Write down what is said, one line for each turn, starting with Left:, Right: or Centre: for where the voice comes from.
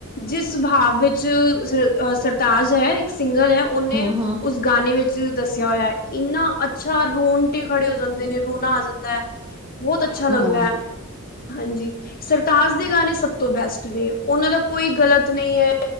Left: ਜਿਸ ਭਾਵ ਵਿੱਚ ਅਹ ਸਰਤਾਜ ਹੈ, ਇੱਕ ਸਿੰਗਰ ਐ, ਉਹਨੇ
Right: ਹੂੰ ਹੂੰ
Left: ਉਸ ਗਾਨੇ ਵਿੱਚ ਦੱਸਿਆ ਹੋਇਆ ਏ, ਇੰਨਾ ਅੱਛਾ ਰੋਣਟੇ ਖੜੇ ਹੋ ਜਾਂਦੇ ਨੇ ਰੋਨਾ ਆ ਜਾਂ ਦਾ, ਬਹੁਤ ਅੱਛਾ ਲੱਗਦੈ,
Right: ਹੂੰ
Left: ਹਾਂਜੀ। ਸਰਤਾਜ ਦੇ ਗਾਣੇ ਸਭ ਤੋਂ ਬੈਸਟ ਨੇ, ਉਹਨਾਂ ਦਾ ਕੋਈ ਗਲਤ ਨਹੀਂ ਐ,